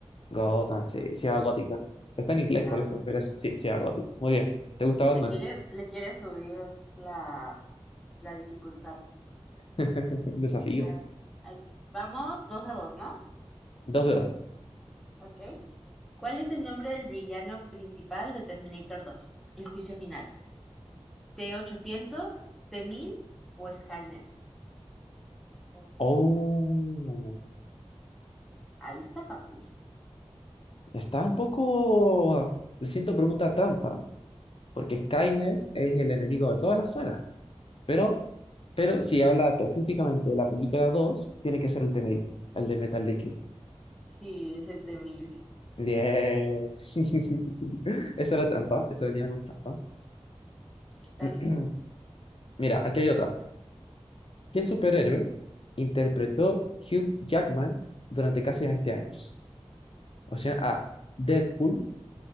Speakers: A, on the left; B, in the centre.
A: Gotham, sí, ciudad gótica. Pero está en inglés
B: Ya,
A: por eso, pero es, sí, ciudad gótica. Muy bien. ¿Te gusta Batman?
B: le quieres, le quieres subir la, la dificultad.
A: <laughs> Un desafío.
B: A ver, ahí- vamos, dos a dos, ¿no?
A: Dos de dos.
B: Ok. ¿Cuál es el nombre del villano principal de Terminator dos El juicio final. t ochocientos t mil o Skynet? Oh,
A: Oh,
B: ahí está fácil.
A: está un poco... Le siento pregunta trampa, porque Skynet es el enemigo de todas las sagas. Pero, pero si habla específicamente de la película 2, tiene que ser el T-1000, el del metal líquido.
B: Sí, es el t mil
A: Bien. <laughs> Esa era trampa, esa venía con trampa.
B: Está
A: <clears throat>
B: bien.
A: Mira, aquí hay otra. ¿Qué superhéroe interpretó Hugh Jackman durante casi 20 años? Opción A, Deadpool,